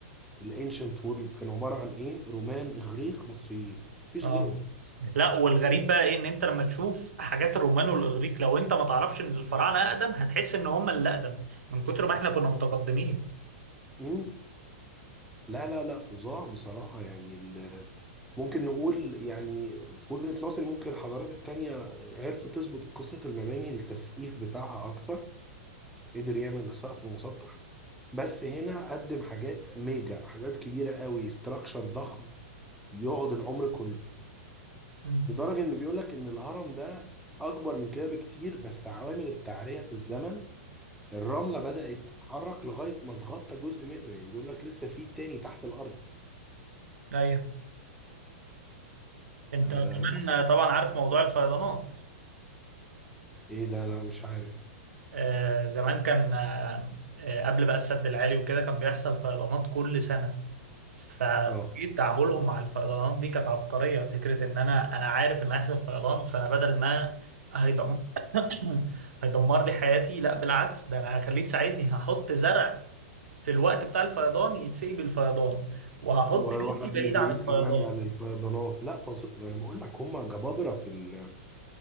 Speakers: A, in the centre; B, on the right.
A: الانشنت وورلد كان عباره عن ايه رومان اغريق مصريين مفيش
B: اه
A: غيرهم
B: لا والغريب بقى ايه ان انت لما تشوف حاجات الرومان والاغريق لو انت ما تعرفش ان الفراعنه اقدم هتحس ان هم اللي اقدم من كتر ما احنا كنا متقدمين
A: مم. لا لا لا فظاع بصراحه يعني ال- ممكن نقول يعني في وجهه نظري ممكن الحضارات التانيه عرفوا تظبط قصه المباني التسقيف بتاعها اكتر قدر يعمل سقف مسطح بس هنا قدم حاجات ميجا حاجات كبيره قوي استراكشر ضخم يقعد العمر كله
B: مم.
A: لدرجه ان بيقول لك ان الهرم ده اكبر من كده بكتير بس عوامل التعريه في الزمن الرمله بدات تتحرك لغايه ما تغطى جزء منه يعني بيقول لك لسه في تاني تحت الارض
B: ايوه انت
A: آه
B: كمان
A: بس
B: طبعا عارف موضوع الفيضانات
A: ايه ده انا مش عارف
B: آه زمان كان آه آه، قبل بقى السد العالي وكده كان بيحصل فيضانات كل سنة فطريقة
A: اه
B: تعاملهم مع الفيضانات دي كانت عبقرية فكرة ان انا انا عارف ان هيحصل فيضان فانا بدل ما هيدم... <coughs> هيدمر لي حياتي لا بالعكس ده انا هخليه يساعدني هحط زرع في الوقت بتاع الفيضان يتسقي بالفيضان وهحط
A: واروح
B: بيتي
A: ابني
B: بعيد
A: بعيد
B: عن الفيضان
A: كمان عن الفيضانات لا فص... ما انا بقول لك هم جبابره في ال...